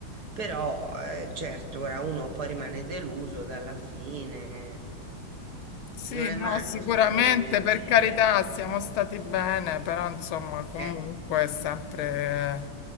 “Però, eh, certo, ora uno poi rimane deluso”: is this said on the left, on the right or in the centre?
Right